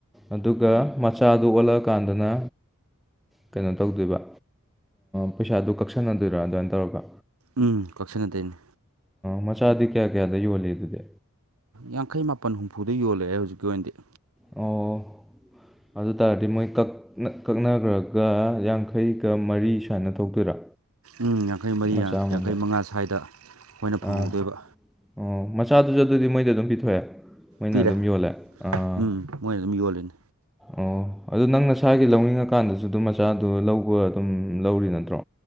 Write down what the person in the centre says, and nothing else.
ꯑꯗꯨꯒ ꯃꯆꯥꯗꯨ ꯑꯣꯜꯂꯛꯑꯀꯥꯟꯗꯅ ꯀꯩꯅꯣ ꯇꯧꯗꯣꯏꯕ ꯄꯩꯁꯥꯗꯨ ꯀꯛꯁꯟꯅꯗꯣꯏꯔꯥ ꯑꯗꯨꯃꯥꯏꯅ ꯇꯧꯔꯒ
ꯃꯆꯥꯗꯤ ꯀꯌꯥ ꯀꯌꯥꯗ ꯌꯣꯜꯂꯤ ꯑꯗꯨꯗꯤ
ꯑꯣ ꯑꯗꯨ ꯇꯥꯔꯗꯤ ꯃꯣꯏ ꯀꯛ ꯀꯛꯅꯈ꯭ꯔꯒ ꯌꯥꯡꯈꯩꯒ ꯃꯔꯤ ꯁꯨꯥꯏꯅ ꯊꯣꯛꯇꯣꯏꯔꯥ
ꯃꯆꯥ ꯑꯃꯗ
ꯑꯥ ꯑꯣ ꯃꯆꯥꯗꯨꯁꯨ ꯑꯗꯨꯗꯤ ꯃꯣꯏꯗ ꯑꯗꯨꯝ ꯄꯤꯊꯣꯛꯑꯦ ꯃꯣꯏꯅ
ꯑꯗꯨꯝ ꯌꯣꯜꯂꯦ ꯑꯥ
ꯑꯣ ꯑꯗꯨ ꯅꯪ ꯅꯁꯥꯒꯤ ꯂꯧꯅꯤꯡꯉꯀꯥꯟꯗꯁꯨ ꯑꯗꯨꯝ ꯃꯆꯥꯗꯨ ꯂꯧꯕ ꯑꯗꯨꯝ ꯂꯧꯔꯤ ꯅꯠꯇ꯭ꯔꯣ